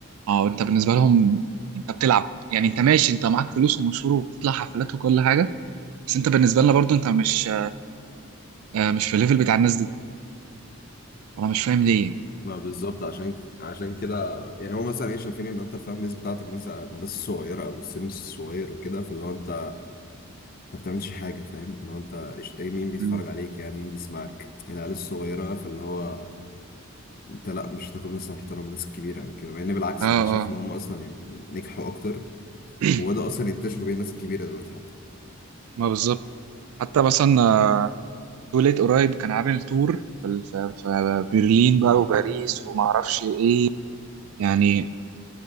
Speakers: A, on the right; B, on the left.
A: اه انت بالنسبه لهم انت بتلعب يعني انت ماشي انت معاك فلوس ومشهور وبتطلع حفلات وكل حاجه بس انت بالنسبه لنا برضو انت مش آه مش في الليفل بتاع الناس دي انا مش فاهم ليه
B: ما بالظبط عشان عشان كده يعني هو مثلا ايه شايفين ان انت الفان بيز بتاعتك مثلا الناس الصغيره او السن الصغير وكده فاللي هو انت انت ما بتعملش حاجه فاهم اللي هو انت إيش- ايه مين بيتفرج
A: مم.
B: عليك يعني مين بيسمعك العيال الصغيره فاللي هو انت لا مش هتاخد مثلا احترام الناس الكبيره او كده مع ان بالعكس
A: اه
B: انا شايف
A: اه
B: ان هم اصلا يعني نجحوا اكتر
A: <clears throat>
B: وبدأوا اصلا ينتشروا بين الناس الكبيره دلوقتي حتى
A: ما بالظبط حتى مثلا آه، توليت قريب كان عامل تور في في- في برلين بقى
B: مم.
A: وباريس وما اعرفش ايه يعني